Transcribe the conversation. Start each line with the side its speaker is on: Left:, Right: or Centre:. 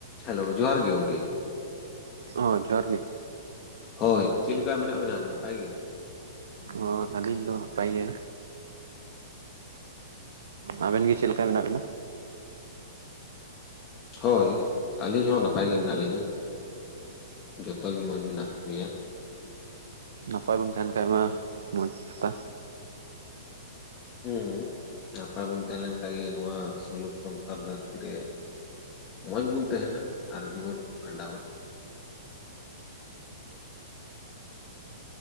Left: ᱦᱮᱞᱳ ᱡᱚᱦᱟᱨ ᱜᱮ ᱜᱚᱢᱠᱮ
Right: ᱚ ᱡᱚᱦᱟᱨ ᱜᱮ?
Left: ᱦᱳᱭ ᱪᱮᱫ ᱞᱮᱠᱟ ᱢᱮᱱᱟᱜ ᱵᱮᱱᱟ ᱱᱟᱸᱯᱟᱭ ᱜᱮ?
Right: ᱚ ᱟᱞᱤᱧ ᱫᱚ ᱱᱟᱯᱟᱭ ᱜᱮ ᱟᱵᱮᱱ ᱜᱮ ᱪᱮᱫ ᱞᱮᱠᱟ ᱢᱮᱱᱟᱜ ᱵᱤᱱᱟ
Left: ᱦᱳᱭ ᱟᱹᱞᱤᱧ ᱦᱚᱸ ᱱᱟᱯᱟᱭ ᱜᱮ ᱢᱮᱱᱟᱜ ᱞᱤᱧᱟᱹ ᱡᱚᱛᱚ ᱜᱮ ᱢᱚᱡᱽ ᱢᱮᱱᱟᱜ ᱞᱮᱭᱟ
Right: ᱱᱟᱯᱟᱭ ᱵᱚᱱ ᱛᱟᱦᱮᱸᱱ ᱠᱷᱟᱡ ᱢᱟ ᱢᱚᱸᱡᱽ ᱠᱟᱛᱷᱟ
Left: ᱦᱩᱸ ᱱᱟᱯᱟᱭ ᱵᱚᱱ ᱛᱟᱦᱮᱸ ᱞᱮᱱ ᱠᱷᱟᱡ ᱜᱮ ᱱᱚᱣᱟ ᱥᱩᱞᱩᱠ ᱥᱚᱝᱥᱟᱨ ᱫᱷᱟᱹᱨᱛᱤ ᱨᱮ ᱢᱚᱸᱡᱽ ᱵᱚᱱ ᱛᱟᱦᱮᱸᱱᱟ ᱟᱨ ᱡᱤᱵᱚᱱ ᱵᱚᱱ ᱠᱷᱟᱸᱰᱟᱣᱟ